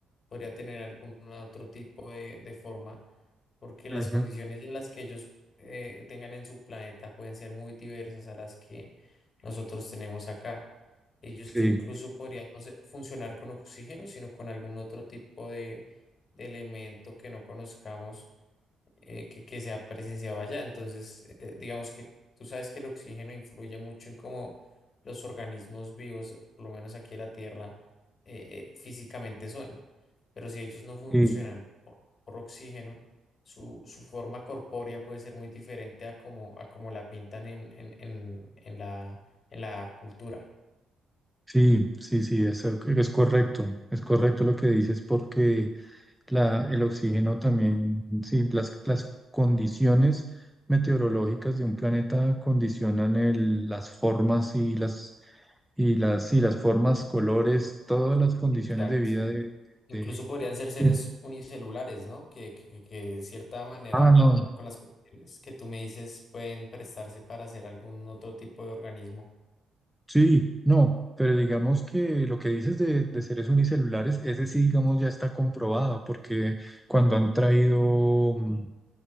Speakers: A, on the left; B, in the centre.
A: podría tener algún otro tipo de, de forma porque
B: ujú,
A: las condiciones en las que ellos eh, tengan en su planeta pueden ser muy diversas a las que nosotros tenemos acá. Ellos
B: sí.
A: incluso podrían no sé, funcionar con oxígeno, sino con algún otro tipo de, de elemento que no conozcamos eh, que, que se ha presenciado allá. Entonces, eh, digamos que tú sabes que el oxígeno influye mucho en cómo los organismos vivos, por lo menos aquí en la Tierra, eh, eh, físicamente son. Pero si ellos no funcionan
B: sí.
A: por, por oxígeno, su, su forma corpórea puede ser muy diferente a como, a como la pintan en, en, en, en la, en la cultura.
B: Sí, sí, sí, eso es correcto, es correcto lo que dices porque la, el oxígeno también, sí, las, las condiciones meteorológicas de un planeta condicionan el, las formas y las, y las, sí las formas, colores, todas las condiciones
A: Exacto.
B: de vida de,
A: Incluso
B: de-
A: podrían ser seres
B: Sí.
A: unicelulares, ¿no? Que, que, que- que de cierta manera
B: Ah, no,
A: con, con las cuestiones que tú me dices pueden prestarse para hacer algún otro tipo de organismo.
B: sí, no, pero digamos que lo que dices de, de seres unicelulares, ese sí, digamos, ya está comprobado porque cuando han traído... mm,